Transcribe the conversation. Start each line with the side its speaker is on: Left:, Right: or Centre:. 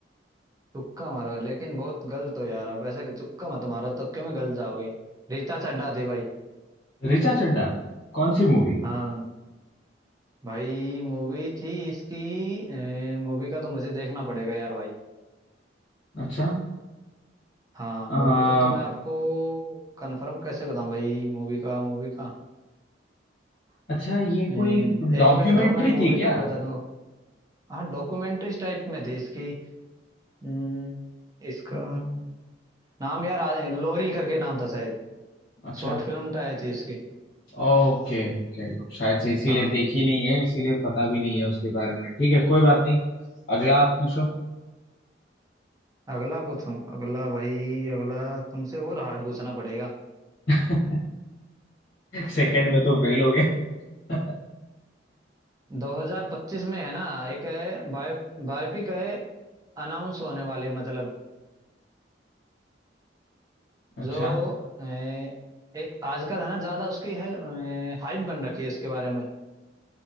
Right: तुक्का मारो लेकिन बहुत गलत हो यार आप ऐसे तुक्का मत मारो तुक्के में गलत जाओगे रीता चड्ढा थी भाई
Left: ऋचा चड्ढा कौन सी मूवी
Right: हाँ भाई मूवी थी इसकी मूवी का तो मुझे देखना पड़ेगा यार भाई
Left: अच्छा
Right: हाँ
Left: आ,
Right: मूवी का तो मैं आपको कंफर्म कैसे बताऊं भाई मूवी का मूवी का
Left: अच्छा ये
Right: अ, एक
Left: कोई डॉक्यूमेंट्री
Right: मिनट दो मैं मूवी
Left: थी क्या
Right: का ही बता दूंगा हाँ डॉक्यूमेंट्री टाइप में थी इसकी अम्म, इसका
Left: हम्म,
Right: नाम यार आ- लोरी करके नाम था शायद
Left: अच्छा
Right: शॉर्ट फिल्म तो आई थी इसकी
Left: Okay okay शायद से इसीलिए
Right: हाँ
Left: देखी नहीं है इसीलिए पता भी नहीं है उसके बारे में ठीक है कोई बात नहीं अगला आप पूछो
Right: अगला पूछूं अगला भाई अगला तुमसे और हार्ड पूछना पड़ेगा
Left: <laughs> सेकंड में तो फेल हो गए <laughs>
Right: 2025 में है ना एक है बायो बायोपिक है अनाउंस होने वाले मतलब
Left: अच्छा
Right: जो अ, एक आजकल है ना ज्यादा उसकी है हाइप बन रखी है इसके बारे में